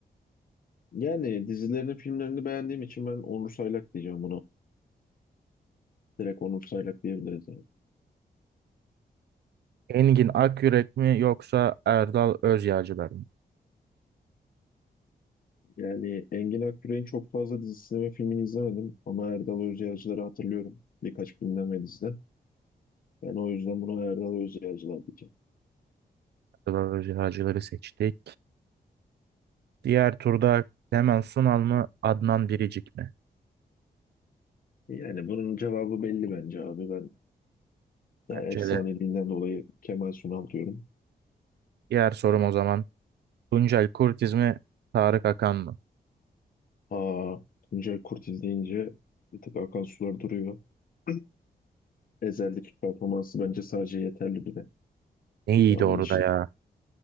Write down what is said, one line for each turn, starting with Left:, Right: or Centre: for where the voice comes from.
Left: Yani dizilerini, filmlerini beğendiğim için ben Onur Saylak diyeceğim buna. Direkt Onur Saylak diyebiliriz yani.
Right: Engin Akyürek mi yoksa Erdal Özyağcılar mı?
Left: Yani Engin Akgürel'in çok fazla dizisini ve filmini izlemedim ama Erdal Özyağcılar'ı hatırlıyorum birkaç filmden ve diziden. Ben o yüzden buna Erdal Özyağcılar diyeceğim.
Right: Erdal Özyağcıları seçtik. Diğer turda Clement Sunal mı Adnan Biricik mi?
Left: Yani bunun cevabı belli bence abi. Ben ya
Right: Bence
Left: efsaneliğinden
Right: de.
Left: dolayı Kemal Sunal diyorum.
Right: Diğer sorum o zaman Tuncel Kurtiz mi Tarık Akan mı?
Left: Aa, Tuncay Kurtiz deyince bir tık akan sular duruyor. <clears throat> Ezel'deki performansı bence sadece yeterli bile.
Right: Ne iyiydi
Left: Devamın
Right: orada
Left: için.
Right: ya.